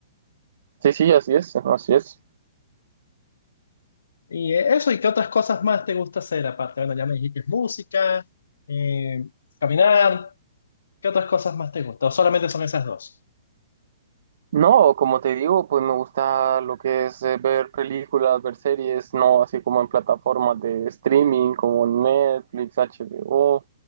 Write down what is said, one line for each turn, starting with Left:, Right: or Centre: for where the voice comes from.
Right: sí, sí, así es, así es.
Left: Y eh, eso, ¿y qué otras cosas más te gusta hacer aparte? Bueno, ya me dijiste música, eh, caminar, ¿qué otras cosas más te gusta? ¿O solamente son esas dos?
Right: No, como te digo, pues me gusta lo que es eh, ver películas, ver series, no así como en plataformas de streaming como Netflix, HBO,